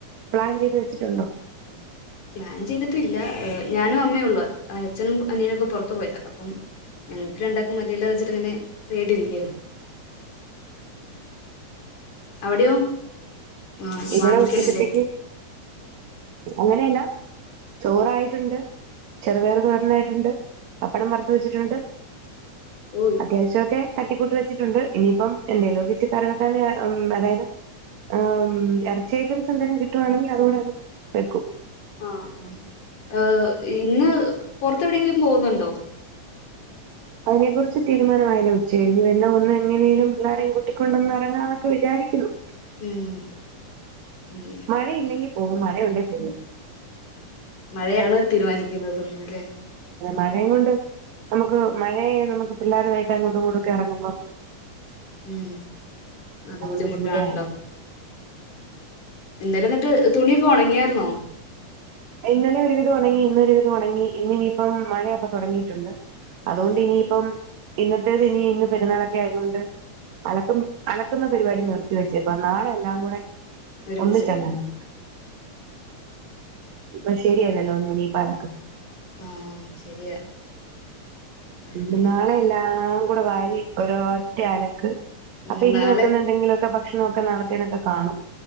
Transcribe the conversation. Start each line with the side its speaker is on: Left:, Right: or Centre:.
Right: പ്ലാൻ ചെയ്ത് വെച്ചിട്ടുണ്ടോ
Left: പ്ലാൻ ചെയ്തിട്ടില്ല ഞാനും അമ്മേ ഉള്ളൂ അച്ഛനും അനിയനൊക്കെ പുറത്തു പോയതാ അപ്പം ഞങ്ങ്ക്ക് രണ്ടാക്കും മതി ഇ വെച്ചിട്ട ഇങ്ങനെ ട്ടിരിക്കായിരുന്നു. അവിടെയോ? ആഹ്
Right: ഇവിടെ
Left: വാങ്ങിക്കണല്ലേ
Right: ഉച്ചക്കത്തേക്ക് അങ്ങനെയല്ല ചോറായിട്ടുണ്ട്, ചെറുപയർ തോരൻ ആയിട്ടുണ്ട്, പപ്പടം വറുത്തുവച്ചിട്ടുണ്ട്.
Left: ഓ
Right: അത്യാവശ്യയൊക്കെ ത തട്ടിക്കൂട്ട് വെച്ചിട്ടുണ്ട് ഇനിയിപ്പം എന്താലും ഇച്ച കറിവെക്കാൻ ഉം അതായത് ഉം ഇറച്ചി ഐറ്റംസ് എന്തേലും കിട്ടുവാണെങ്കിൽ അതു കൂടെ അങ്ങ് വെക്കും.
Left: ആഹ് ഏർ ഇന്ന് പുറത്തു എവിടെയെങ്കിലും പോകുന്നുണ്ടോ?
Right: അതിനെ കുറിച്ച് തീരുമാനമായില്ല ഉച്ച കഴിഞ്ഞ വല്ലും ഒന്ന് എങ്ങനെയേലും പിള്ളാരെയും കൂട്ടിക്കൊണ്ടു ഒന്ന് ഇറങ്ങാമെന്ന് വിചാരിക്കുന്നു.
Left: ഉം ഉം
Right: മഴയില്ലെങ്കിൽ ഓ മഴയുണ്ടാൽ പോകും.
Left: മഴയാണ് തീരുമാനിക്കുന്നത്. <unintelligible>
Right: മഴ കൊണ്ട് നമുക്ക് മഴയെ നമുക്ക് പിള്ളേരുമായിട്ട് അങ്ങോട്ടും ഇങ്ങോട്ടും ഇറങ്ങുമ്പോ.
Left: ഉം അത് ബുദ്ധിമുട്ടാണല്ലോ
Right: ബുദ്ധിമുട്ടുമാണ്
Left: ഇന്നലെ എന്നിട്ട് തുണിയൊക്കെ ഉണങ്ങിയ ന്നോ
Right: ഇന്നലെ ഒരുവിധം ഉണങ്ങി ഇന്ന് ഇട്ടത് ഉണങ്ങി ഇന്നിനിയിപ്പോ മഴയൊക്കെ തുടങ്ങിയിട്ടുണ്ട്. അതുകൊണ്ട്
Left: ആഹ്
Right: ഇനിയിപ്പം ഇന്നത്തെതിനി ഇന്ന് പെരുന്നാളൊക്കായതോണ്ട് അലക്കും അലക്കുന്ന പരിപാടി നിർത്തി വെച്ചേക്കുവാ നാളെ എല്ലാം കൂടെ.
Left: ഒരുമിച്ചിട്ട്.
Right: ഒന്നിച്ചങ്ങ് അലക്കും ഇപ്പോൾ ശരിയല്ലല്ലോ <unintelligible> <inaudible>
Left: ഉം ശരിയാ. ഉം,
Right: ഇന്ന്ട്ട്
Left: അങ്ങനെ
Right: നാളെയെല്ലാ എല്ലാം കൂടി വാരി ഒരു ഒറ്റ അലക്ക്.
Left: ഉം,
Right: അപ്പൊ ഇന്ന്
Left: നാളെ
Right: വയ്ക്കുന്ന എന്തെങ്കിലുമൊക്കെ വേ ഭക്ഷണമൊക്കെ നാളത്തെനൊക്കെ കാണും.